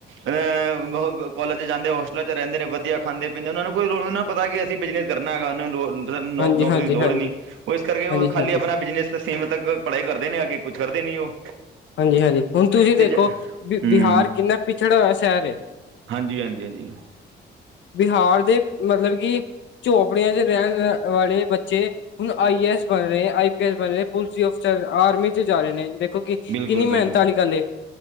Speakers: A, on the right (about 80°); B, on the left (about 70°).
A: ਅ ਕਾਲਜ਼ ਚ ਜਾਂਦੇ, ਹੋਸਟਲਾਂ ਚ ਰਹਿੰਦੇ ਨੇ ਵਧੀਆ ਖਾਂਦੇ ਪੀਂਦੇ, ਉਹਨਾਂ ਨੂੰ ਕੋਈ ਲੋ ਨੂੰ ਪਤਾ ਕੀ ਅਸੀਂ ਬਿਜਨਸ ਕਰਨਾ ਹੈਗਾ, ਉਹਨਾਂ ਨੂੰ ਲੋ
B: ਹਾਂਜੀ
A: ਨੌਕਰੀ
B: ਹਾਂਜੀ
A: ਦੀ ਲੋੜ
B: ਹਾਂਜੀ
A: ਹੀ ਨਹੀਂ। ਉਹ ਇਸ ਕਰਕੇ ਉਹ
B: ਹਾਂਜੀ ਹਾਂਜੀ
A: ਬਿਜਨਸ ਸੀਮਤ ਤੱਕ ਪੜ੍ਹਾਈ ਕਰਦੇ ਨੇ, ਅੱਗੇ ਕੁਛ ਕਰਦੇ ਨੀ ਉਹ
B: ਹਾਂਜੀ ਹਾਂਜੀ ਹੁਣ ਤੁਸੀਂ
A: ਤੇ
B: ਦੇਖੋ
A: ਜ- ਹੂੰ
B: ਬਿਹਾਰ ਕਿੰਨਾ ਪਿਛੜਾ ਹੋਇਆ ਸ਼ਹਿਰ ਏ।
A: ਹਾਂਜੀ ਹਾਂਜੀ ਹਾਂਜੀ।
B: ਬਿਹਾਰ ਦੇ ਮਤਲਬ ਕਿ ਝੋਪੜੀਆਂ ਚ ਰਹਿਣ ਵਾਲੇ ਬੱਚੇ ਹੁਣ ਆਈ ਏ ਐੱਸ ਬਣ ਰਹੇ, ਆਈ ਪੀ ਐਸ ਬਣ ਰ, ਪੁਲਿਸ ਅਫਰ, ਆਰਮੀ ਚ ਜਾ ਰਹੇ ਨੇ ਕਿ
A: ਬਿਲਕੁਲ
B: ਕਿੰਨੀ ਮਿਹਨਤ
A: ਬਿਲਕੁਲ
B: ਵਾਲੀ ਗੱਲ ਏ